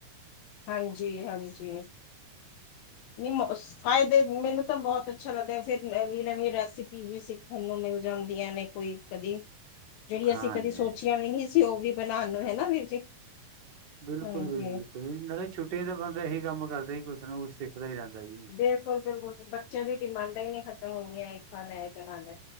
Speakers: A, on the left (about 80°); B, on the right (about 80°).
A: ਹਾਂਜੀ-ਹਾਂਜੀ ਨਈ ਫਾਇਦੇ, ਮੈਨੂੰ ਤਾਂ ਬੋਤ ਅੱਛਾ ਲੱਗਦਾ ਫੇਰ ਨਵੀਂ-ਨਵੀਂ ਰੈਸਿਪੀ ਵੀ ਸਿੱਖਣ ਨੂੰ ਮਿਲ ਜਾਂਦੀਆਂ ਨੇ ਕੋਈ ਕਦੀ ਜੇੜੀ
B: ਹਾਂਜੀ
A: ਅਸੀਂ ਕਦੀ
B: ਹਾਂਜੀ
A: ਸੋਚੀਆਂ ਵੀ ਨੀ ਸੀ ਉ ਵੀ ਬਨਾਨ ਨੂੰ, ਹੇਨਾ ਵੀਰ ਜੀ।
B: ਬਿਲਕੁਲ-ਬਿਲਕੁੁਲ
A: ਹਾਂਜੀ।
B: ਨਾਲੇ ਛੁੱਟੀਆਂ ਚ ਬੰਦਾ ਐਹੀ ਕੰਮ ਕਰਦਾ ਸੀ ਕੁਛ ਨੂੰ ਕੁਛ ਸਿੱਖਦਾ ਈ ਰੈਂਦਾ ਸੀ।
A: ਬਿਲਕੁਲ-ਬਿਲਕੁਲ ਬੱਚਿਆਂ ਦੀ ਡਿਮਾਂਡਾਂ ਈ ਨੀ ਖਤਮ ਹੁੰਦਿਆ ਹੈਗੀ। ਖਾਨੈ ਏ ਬਨਾਨਾ ਏ